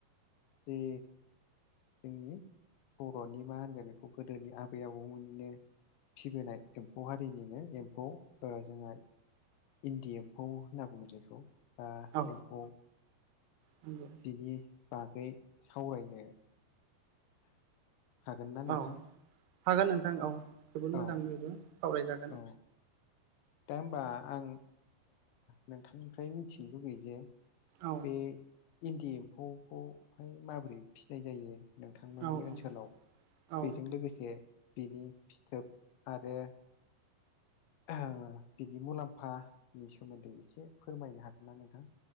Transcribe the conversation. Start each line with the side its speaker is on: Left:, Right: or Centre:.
Left: जि जोंनि बर'नि मा होनगोन बेखौ गोदोनि आबै आबौमोननिनो फिबोनाय एम्फौ हारिनिनो एम्फौ जोंहा इन्दि एम्फौ होनना बुङो जेखौ बा
Right: औ
Left: एम्फौ
Right: नंगौ
Left: बिनि बागै सावरायनो हागोन ना नोंथां
Right: औ हागोन नोंथां औ जोबोद
Left: औ
Right: मोजां बयबो सावरायजागोन
Left: औ दा हबा आं नोंथांनिफ्राय मिथिनो लुगैयो जे
Right: औ
Left: बे इन्दि एम्फौखौहाय माबोरै फिसिनाय जायो नोंथांमोननि
Right: औ
Left: ओनसोलाव
Right: औ औ
Left: बेजों लोगोसे बिनि फिथोब आरो बिनि मुलाम्फानि सोमोन्दै एसे फोरमायनो हागोन ना नोंथां